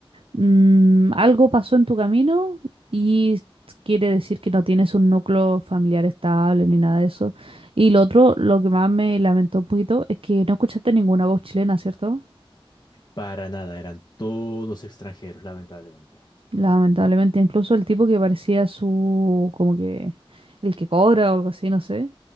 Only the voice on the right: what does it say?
mm, algo pasó en tu camino y quiere decir que no tienes un núcleo familiar estable ni nada de eso. Y lo otro, lo que más me lamentó un poquito es que no escuchaste ninguna voz chilena, ¿cierto?
Lamentablemente, incluso el tipo que parecía su, como que, el que cobra o algo así, no sé.